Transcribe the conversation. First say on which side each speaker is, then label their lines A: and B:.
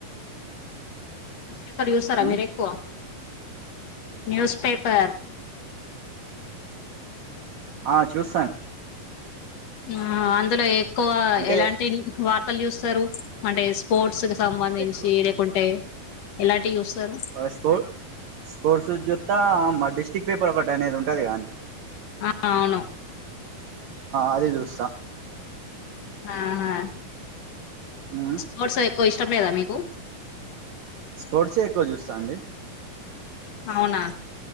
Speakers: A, on the left; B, on the right.
A: న్యూస్పేపర్ చేసారా
B: మ్
A: మీరేక్కువ న్యూస్ పేపర్
B: ఆ చూసా
A: ఆ అందులో ఎక్కువ
B: అంటే
A: ఎలాంటి వార్తలు చూస్తరు అంటే స్పోర్ట్స్ కి సంబంధించి
B: ఎక్కువ
A: లేకుంటే ఎలాంటి చూస్తరు
B: స్పో స్పోర్ట్స్ చూప్తా మా డిస్టిరిక్ పేపర్ ఒకటి అనేది ఉంటుంది కద
A: ఆ అవును
B: అది చూస్తా
A: ఆహ
B: ఉమ్
A: నోట్స్ ఎక్కువ ఇష్టం లేదా మీకు
B: స్పోర్ట్స్ ఏ ఎక్కువ చూస్తా అండి
A: అవునా